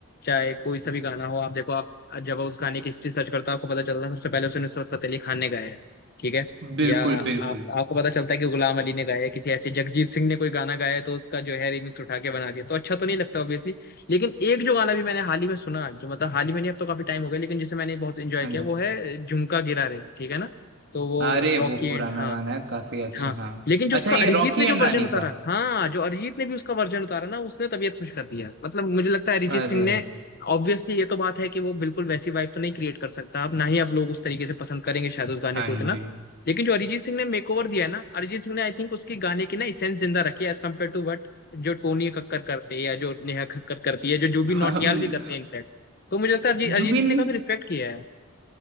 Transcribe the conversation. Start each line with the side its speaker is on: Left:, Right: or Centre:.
Left: चाहे कोई सा भी गाना हो आप देखो आप जब उस गाने की हिस्ट्री सर्च करते हो आपको पता चलता है सबसे पहले उसे नुसरत फतेह अली खान ने गाया है ठीक है
Right: बिल्कुल
Left: या
Right: बिल्कुल
Left: आप आपको पता चलता है कि गुलाम अली ने गाया है किसी ऐसे जगजीत सिंह ने कोई गाना गाया है तो उसका जो है रिमिक्स उठा के बना दिया तो अच्छा तो नहीं लगता ऑब्वियसली लेकिन एक जो गाना भी मैंने हाल ही में सुना जो मतलब हाल ही में नहीं अब तो काफी टाइम हो गया लेकिन जिसे मैंने बहुत एंजॉय
Right: हाँ
Left: किया
Right: जी
Left: वो है झुमका गिरा रे ठीक है ना तो वो
Right: अरे
Left: रॉकी
Right: वो
Left: एंड
Right: पुराना
Left: हाँ
Right: गाना है काफी अच्छा
Left: हाँ
Right: हाँ
Left: लेकिन जो
Right: अच्छा
Left: उसका
Right: ये
Left: अरिजीत
Right: रॉकी
Left: ने
Right: एंड
Left: जो वर्जन
Right: रानी
Left: उतारा
Right: का
Left: हाँ जो अरिजीत ने भी उसका वर्जन उतारा ना उसने तबीयत खुश कर दिया मतलब मुझे लगता है अरिजीत
Right: अरे
Left: सिंह ने ऑब्वियसली ये तो बात है कि वो बिल्कुल वैसी वाइब तो नहीं क्रिएट कर सकता अब ना ही अब लोग उस तरीके से पसंद करेंगे शायद उस गाने
Right: हाँ
Left: को इतना
Right: जी
Left: लेकिन जो अरिजीत सिंह ने मेकओवर दिया है ना अरिजीत सिंह ने आई थिंक उसकी गाने की ना इसेंस जिंदा रखी है एज कम्पेयर टू वट जो टोनी कक्कर करते हैं या जो नेहा कक्कर करती है जो जुबिन
Right: <laughs>
Left: नौटियाल
Right: हम
Left: भी करते हैं इनफैक्ट तो मुझे लगता है अरिजीत
Right: जुबिन
Left: अरिजीत सिंह ने काफी रिस्पेक्ट किया है